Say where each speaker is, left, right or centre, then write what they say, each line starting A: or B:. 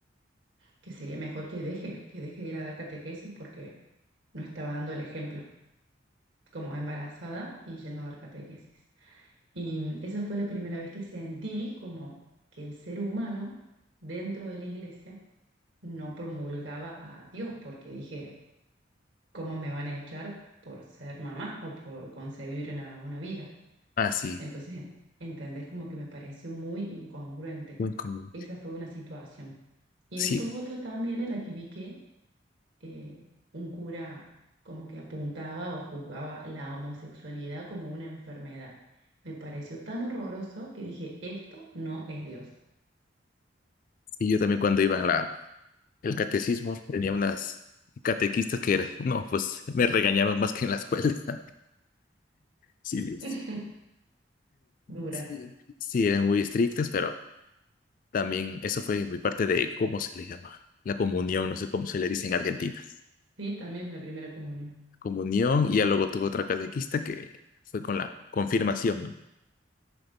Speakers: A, on the right (about 75°); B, on the left (about 45°).
A: que sería mejor que deje, que deje de ir a dar catequesis porque no estaba dando el ejemplo, como embarazada y yendo a dar catequesis. Y mm, esa fue la primera vez que sentí como que el ser humano dentro de la iglesia no promulgaba a Dios, porque dije, ¿cómo me van a echar por ser mamá o por concebir una, una vida?
B: Ah, sí,
A: Entonces, en- entendés como que me pareció muy incongruente.
B: muy común.
A: Esa fue una situación. Y
B: Sí,
A: después otra también en la que vi que eh, un cura como que apuntaba o juzgaba la homosexualidad como una enfermedad. Me pareció tan horroroso que dije, esto no es Dios.
B: sí, yo también cuando iba en la, el catecismo tenía unas catequistas que eran, no, pues me regañaban más que en la escuela. <laughs> Sí, es-
A: <laughs> Duras.
B: sí, sí, eran muy estrictas, pero también eso fue mi parte de, ¿cómo se le llama? La comunión, no sé cómo se le dice en Argentina.
A: Sí, también la primera comunión.
B: Comunión, y ya luego tuve otra catequista que fue con la confirmación, ¿no?